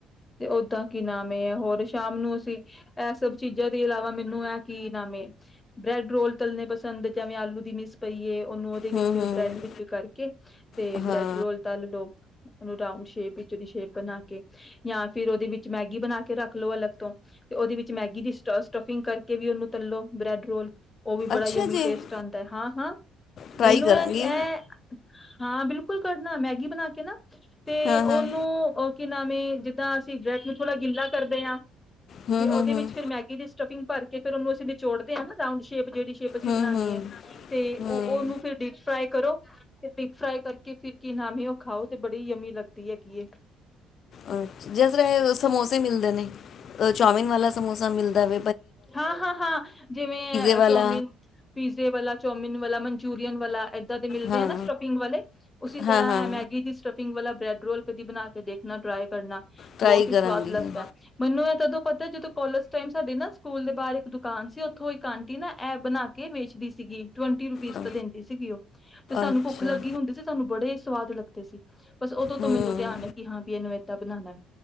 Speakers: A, on the left (about 20°); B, on the left (about 60°).
A: ਤੇ ਓਦਾਂ ਕੀ ਨਾਮ ਹੈ ਹੋਰ ਸ਼ਾਮ ਨੂੰ ਅਸੀਂ ਇਹ ਸਭ ਚੀਜ਼ਾਂ ਦੇ ਇਲਾਵਾ ਮੈਨੂੰ ਇਹ ਕੀ ਨਾਮ ਹੈ ਬ੍ਰੈਡ ਰੋਲ ਤਲਣੇ ਪਸੰਦ ਜਿਵੇਂ ਆਲੂ ਦੀ ਮਿਸ ਪਈਏ ਉਹਨੂੰ ਉਹਦੇ ਵਿੱਚ
B: ਹੂੰ ਹੂੰ
A: ਬ੍ਰੈਡ ਵਿੱਚ ਕਰਕੇ ਤੇ
B: ਹੈ
A: ਬ੍ਰੈਡ
B: ਹਾਂ
A: ਰੋਲ ਤਲ ਲਓ ਉਹਨੂੰ ਰਾਊਂਡ ਸ਼ੇਪ ਵਿੱਚ ਦੀ ਸ਼ੇਪ ਬਣਾ ਕੇ ਜਾਂ ਫਿਰ ਉਹਦੇ ਵਿੱਚ ਮੈਗੀ ਬਣਾ ਕੇ ਰੱਖ ਲੋ ਅਲੱਗ ਤੋਂ ਤੇ ਉਹਦੇ ਵਿੱਚ ਮੈਗੀ ਦੀ ਸ ਸਟਫਿੰਗ ਕਰਕੇ ਕੇ ਵੀ ਉਹਨੂੰ ਤਲੋ ਬ੍ਰੈਡ ਰੋਲ ਉਹ ਵੀ ਬੜਾ
B: ਅੱਛਾ
A: ਹੀ ਯਮੀ
B: ਜੀ
A: ਟੇਸਟ ਆਉਂਦਾ ਹੈ ਹਾਂ ਹਾਂ
B: ਟਰਾਈ
A: ਮੈਨੂੰ
B: ਕਰਾਂਗੀ
A: ਇਹ ਕਿ ਇਹ ਹਾਂ ਬਿਲਕੁਲ ਬਿਲਕੁਲ ਕਰਨਾ ਮੈਗੀ ਬਣਾ ਕੇ ਨਾ ਤੇ
B: ਹਾਂ
A: ਉਹਨੂੰ
B: ਹਾਂ
A: ਉਹ ਕਿ ਨਾ ਂ ਜਿੱਦਾਂ ਅਸੀਂ ਬ੍ਰੈ ਨੂੰ ਥੋੜਾ ਗਿੱਲਾ ਕਰਦੇ ਹਾਂ
B: ਹੂੰ
A: ਜੀ ਉਹਦੇ
B: ਹੂੰ ਹੂੰ
A: ਵਿੱਚ ਫੇਿਰ ਮੈਗੀ ਦੀ ਸਟਫਿੰਗ ਭਰ ਕੇ ਫ਼ਿਰ ਉਹਨੂੰ ਅਸੀਂਿਚੋੜਦੇ ਹ ਨਾ ਰਾਂਡ ਸ਼ੇਪ ਜਿਹੜੀ ਸ਼ੇਪ ਅਸੀਂ
B: ਹੂੰ
A: ਬਣਾਉਣੀ
B: ਹੂੰ
A: ਹੈ ਤੇ
B: ਹੂੰ
A: ਉਹ ਉਹਨੂੰ ਫਿਰ ਡੀਪ ਫਰਾਈ ਕਰੋ ਤੇ ਡੀਪ ਫ੍ਰਈ ਕਰਕੇ ਕੇ ਫਿਰ ਕੀ ਨਾਮਂ ਉਹ ਖਾਓ ਤੇ ਬੜੀ ਯਮੀ ਲੱਗਦੀ ਹੈ ਇੱਕ
B: ਅ ਜਿਸ ਤਰ੍ਹਾਂ ਸਮੋਸੇ ਮਿਲਦੇ ਨੇ ਚੋਮਿਨ ਵਾਲਾ ਸਮੋਸਾ ਮਿਲਦਾ ਵ
A: ਹਾਂ ਹਾਂ ਹਾਂ ਜਿਵੇਂ
B: ਵਾਲਾ
A: ਚੋਮਿਨ ਪੀਜ਼ੇ ਵਾਲਾ ਚੌਮਿਨ ਵਾਲਾ ਮਨਚੂਰੀਅਨ ਵਾਲਾ ਏਦਾਂ ਦੇ ਮਿਲਦੇ
B: ਹਾਂ
A: ਆ ਨਾ ਸਟਫਿੰਗ ਵਾਲੇ ਉਸਸੀ
B: ਹਾਂ
A: ਤਰ੍ਹਾਂ
B: ਹਾਂ
A: ਮੈਗੀ ਦੀ ਸਟਫਿੰਗ ਵਾਲਾ ਬ੍ਰੈਡ ਰੋਲ ਕਦੀ ਬਣਾ ਕੇ ਦੇਖਣਾ ਟਰਾਈ ਕਰਨਾ
B: ਟਰਾਈ
A: ਬਹੁਤ ਹੀ
B: ਕਰਾਂਗੀ
A: ਸਵਾਦ ਲੱਗਦਾ ਹੈ ਮੈਨੂੰ ਇਹ ਤਦੋਂ ਪਤਾ ਜਦੋਂ ਕਲਜ ਟਾਈਮ ਸਾਡੇ ਨਾ ਸਕੂਲ ਦੇ ਬਾਹਰ ਇੱਕ ਦੁਕਾਨ ਸੀ ਉਥੋਂ ਇੱਕ ਆਂਟੀ ਨਾ ਇਹ ਬਣਾ ਕੇ ਵੇਚਦੀ ਸੀਗੀ ਟਵੰਟੀ ਰੁਪੀਜ਼
B: ਅੱਛਾ
A: ਦਾ ਦਿੰਦੀ ਸੀਗੀ ਉਹ ਤੇ ਸਾਨੂੰ
B: ਅੱਛਾ
A: ਭੁੱਖ ਲੱਗੀ ਹੁੰਦੀ ਸੀ ਸਾਨੂੰ ਬੜੇ ਸਵਾਦ ਲੱਗਦੇ ਸੀ ਬਸ ਉਦੋਂ
B: ਹੂੰ
A: ਤੋਂ ਮੈਨੂੰ ਧਿਆਨ ਕਿ ਹਾਂ ਵੀ ਇਹਨੂੰ ਏਦਾਂ ਬਣਾਨੈ